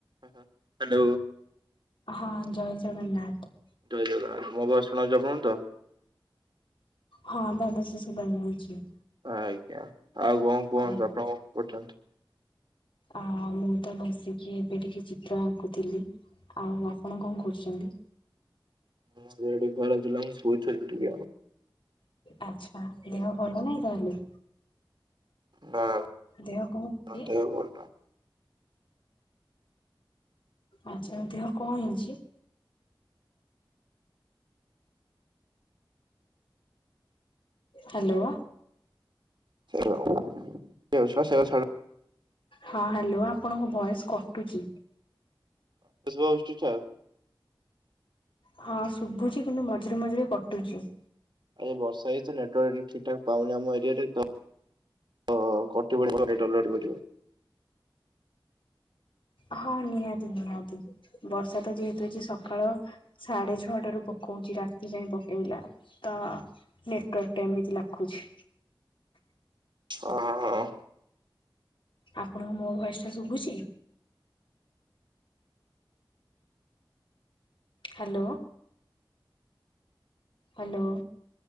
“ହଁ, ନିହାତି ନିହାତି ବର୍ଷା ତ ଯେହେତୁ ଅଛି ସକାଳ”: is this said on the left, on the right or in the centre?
Left